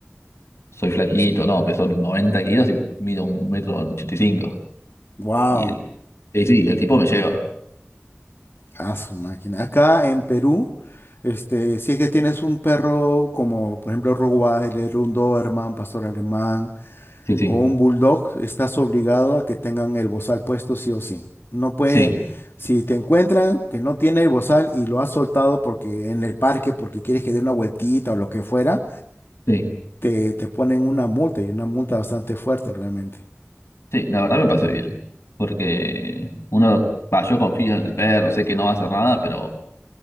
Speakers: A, on the left; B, on the left.
A: soy flaquito, no, peso 90 kilos y mido un metro 85.
B: Wow,
A: Y, cinco. Y, el, y sí, el tipo me lleva.
B: a su máquina. Acá en Perú, este, si es que tienes un perro como, por ejemplo, Rottweiler, un Doberman, un pastor alemán
A: Sí, sí,
B: o un bulldog, estás obligado a que tengan el bozal puesto sí o sí. No puede,
A: sí,
B: si te encuentran que no tiene el bozal y lo has soltado porque en el parque, porque quieres que dé una vueltita o lo que fuera,
A: sí,
B: te, te ponen una multa y una multa bastante fuerte realmente.
A: sí, la verdad me pasé bien. Porque uno, va, yo confío en el perro, sé que no va a hacer nada, pero